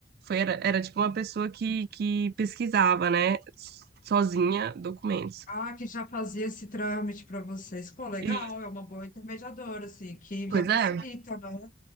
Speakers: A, on the right (about 55°); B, on the left (about 45°).
A: Foi, era, era tipo uma pessoa que, que pesquisava, né, sozinha documentos.
B: Ah, que já fazia esse trâmite para vocês. Pô, legal,
A: E,
B: é uma boa intermediadora, assim, que
A: pois
B: já facilita,
A: é.
B: né?